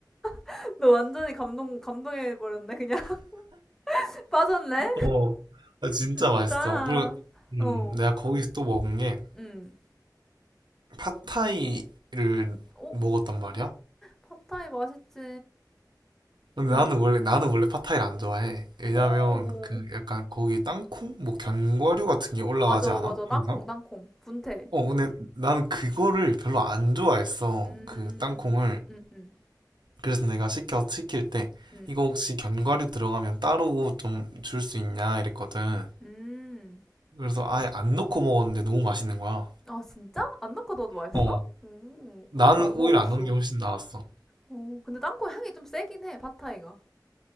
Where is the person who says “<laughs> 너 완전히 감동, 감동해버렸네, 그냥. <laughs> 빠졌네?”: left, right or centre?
Centre